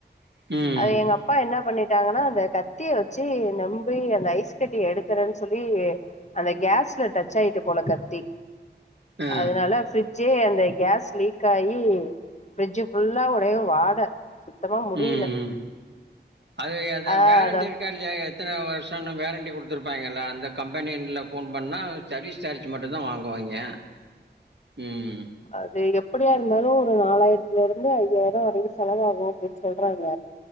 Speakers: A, on the right; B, on the left.
A: ம்
B: அது எங்க அப்பா என்ன பண்ணி ட்டாங்கன்னா அந்த கத்திய வச்சி நம்பி அந்த ஐஸ்கட்டி எடுக்கறே சொல்லி அந்த கேஸ்ல டச்சி ஆயிட்டுபோல கத்தி
A: ஆ
B: அதனால ஃபிரி ச்சே அந்த கேஸ் லீக் ஆயி ஃபிரிட்ஜு ஃபுல்லா ஒரே வாட சுத்தமா முடியல
A: ம்ம் அது எத
B: ஆ
A: வேறண்டி
B: அத
A: இருக்கா இல்லயா எத்தன வருஷன்னு வே வேறண்டி குடுத்துருப்பாங்கல்ல அந்த கம்பெனின்ல்ல போன் பண்ணா சர்வீஸ் சார்ஜ் மட்டுதா வாங்குவாங்கிய ம்
B: அதிகம் ப்பிடியா இருந்தாலு ஒரு நாலாயிரத்துல இருந்து ஐயாயிரோ வரைக்கு செலவாகு அப்பிடின்னு சொல்றாங்க